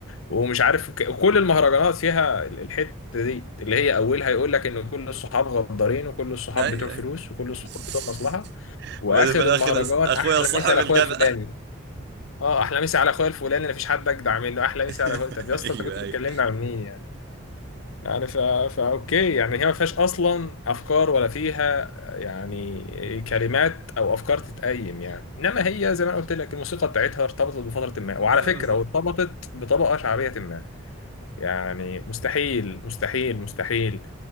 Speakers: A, on the left; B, on the right.
A: ومش عارف ك- كل المهرجانات فيها ال- الحتة دي اللي هي أولها يقول لك إن كل الصحاب غدارين وكل الصحاب
B: <laughs> ايوه
A: بتوع فلوس
B: أيوة.
A: وكل الصحاب
B: <laughs>
A: بتوع مصلحة وآخر
B: وبعدين في الاخر
A: المهرجان
B: أس- اخويا
A: أحلى
B: صاحب
A: مسا على
B: الجدع
A: أخويا الفلاني اه احلى مسا على اخويا الفلاني مفيش حد اجدع منه احلى
B: <laughs>
A: مسا على اخويا طب يا
B: ايوه
A: اسطى انت كنت
B: ايوه
A: بتكلمنا عن مين يعني يعني فا فا اوكي يعني هي ما فيهاش اصلا افكار ولا فيها يعني كلمات او افكار تتقيم يعني انما هي زي ما أنا قلت لك الموسيقى بتاعتها ارتبطت بفتره ما
B: ما
A: وعلى فكره
B: بالظبط
A: وارتبطت بطبقه شعبيه ما يعني مستحيل مستحيل مستحيل